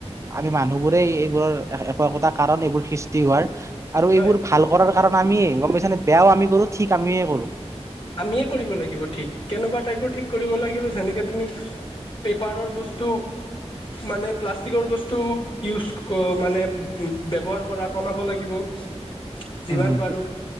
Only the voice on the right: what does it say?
আমি মানুহবোৰেই এইবোৰৰ একো একোটা কাৰণ এইবোৰ সৃষ্টি হোৱাৰ আৰু
এইবোৰ ভাল কৰাৰ কাৰণে আমিয়ে গম পাইছাানে বেয়াও আি কৰো ঠিক আমিয়ে কৰো
উম হুম।